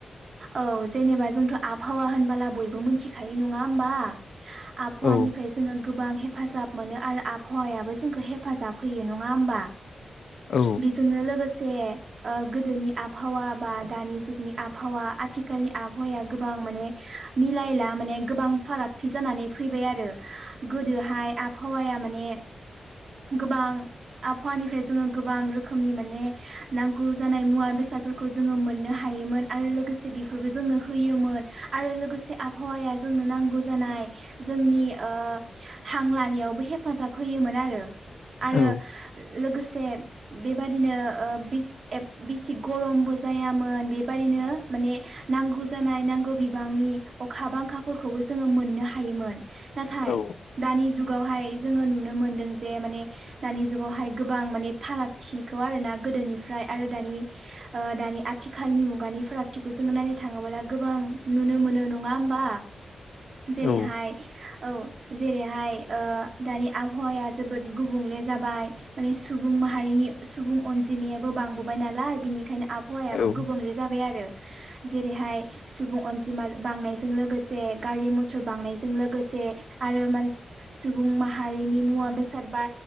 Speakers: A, on the right; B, on the left.
A: औ जेनेबा जोंथ' आबहावा होनबोला बयबो मिथिखायो नङा होमबा? आबहावानिफ्राय
B: औ
A: जोङो गोबां हेफाजाब मोनो आरो आबहावायाबो जोंखो हेफाजाबहोयो नङा होमबा?
B: औ
A: बेजोंनो लोगोस दे ओ गोदोनि आबहावा बा दानि जुगनि आबहावा आथिखालनि आबहावाया गोबां माने मिलायला माने गोबां फारागथि जानानै फैबाय आरो गोदोहाय आबहावाया माने गोबां आबहावानिफ्राय जोङो गोबां रोखोमनि माने नांगौ जानाय मुवा बेसादफोरखौ जोङो मोननो हायोमोन आरो लोगोसे बेफोरबो जोंनो होयोमोन आरो लोगोसे आबहावाया जोंनो नांगौ जानाय जोंनि ओ हां लानायावबो हेफाजाब होयोमोन आरो। आरो
B: औ
A: लोगोस सेन बेबादिनो ओ बिस एब बिसि गरमबो जायामोन बेबादिनो माने नांगौ जानाय नांगौ बिबांनि अखा बांखाफोरखौबो जोङो मोननो हा हखयोमोन नाथाय
B: औ
A: दानि जुग जुगावहाय जोङो नुनो मोनदों जे माने दानि जुगावहाय गोबां माने फारागथिखौ आरोना गोदोनिफ्राय आरो दानि ओ दानि आथिखालनि मुगानि फाराग थिखौ जोङो नायनो थाङोबोला गोबां नुनो मोनो नङा होमबा? जेरैहाय
B: औ
A: औ जेरैहाय। ओ दानि आबहावाया जोबोद गुबुंले जाबाय मानि‌ सुबुं माहारिनि सुबुं अनजिमायाबो बांबोबाय नालाय बिनिखायनो आबहावायाबो
B: औ
A: गुबुंले जाबाय आरो। जेरैहाय सुबुं अनजिमा बांनायजों लोगोसे गारि मथ'र बांनायजों लोगोसे आरो मानसि सुबुं माहारिनि मुवा-बेसाद बा